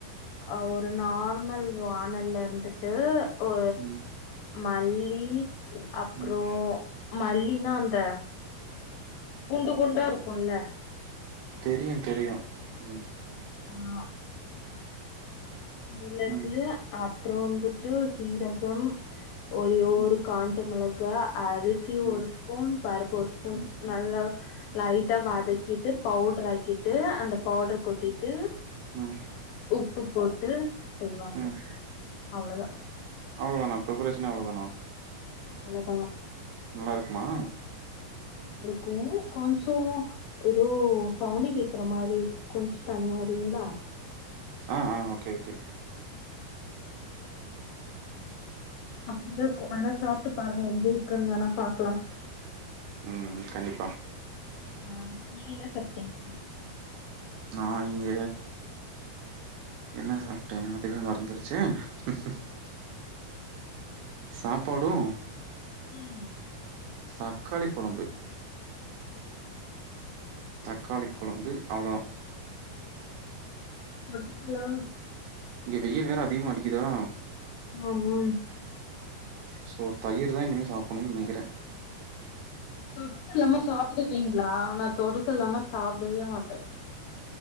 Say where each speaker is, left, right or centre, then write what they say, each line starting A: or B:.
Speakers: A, on the left; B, on the right.
A: அ ஒரு நா ம்மல் வானல்ல இருந்துட்டு உ
B: ம்
A: மல்லி அப்புறொ
B: ம்
A: மல்லி இன்னு அந்த குண்டு குண்டா இருக்குல்ல
B: தெரியும் தெரியும் உம்
A: ஆஹ் மிளகு
B: ம் ம்
A: அப் அப்றொ வந்துட்டு சீரகம் ஒரே ஒரு
B: ம்
A: காஞ்சமொளக் கா அரிசி
B: ம்
A: ஒரு ஸ்பூன் பருப்பு ஒரு ஸ்பூன்
B: ம்
A: நல்லா லைட்டா வதக்கிட்டு பவுடர் ஆக்கிட்டு அந்த பவுடர் கொட்டி ப்பு
B: ம்
A: உப்பு போட் புட்டு செய்வாங்க
B: ம்
A: அவ்வளோதான்
B: அவ்ளோதானா பிரிப்பரேஷனே அவ்ளோதானா
A: ஆஹ்
B: நல்லா இருக்குமா
A: கு கொஞ்சோ ஏதோ சவுனிக் கேக்குற மாரி கொஞ்சு தனியா வரீங்களா
B: ஆஹ் ஆஹ் ஓகே ஓகே
A: அப்படிதான்க்கும் வேணா சாப்ட்டு பாருங்க எப்படி இருக்குன்னு வேணா பாக்கலா
B: உம் கண்டிப்பா
A: ஆஹ் நீங்க என்ன சாப்டீங்க
B: நான் இங்க என்ன சாப்ட்டேன் அதுவே மறந்துருச்சே ஹ்ம் ஹ்ம் சாப்பாடும்
A: ம்
B: தக்காளி கொழம்பு தக்காளி கொழந்து அவ்ளோ தா
A: <inaudible>
B: இங்க வெயில் வேற அதிகமா அடிக்குதா
A: ஆமா
B: சோ தயிர் தா இனிமே சாப்பட்ணுன் நெனைக்கறே
A: தொட்டுட்டுக்க இல்லாம சாப்டுவீங்களா நா தொடுக்க இல்லாம சாப்டவே மாட்